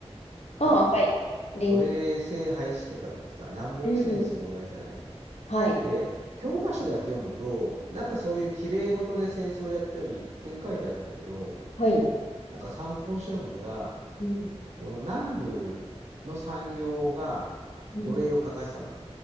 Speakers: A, on the right; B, on the left.
A: 頃にさ、
B: ああ、はい。りん。
A: 奴隷制廃止とか言ってさ、南北戦争をやるじゃない
B: うん。はい。
A: で、教科書だけ読むと、なんかそういう綺麗事で戦争をやったように一見書いてあるんだけど、
B: はい。
A: なんか参考書読んだら、
B: うん。
A: この南部の産業が奴隷を欠かしたのよ。
B: うん。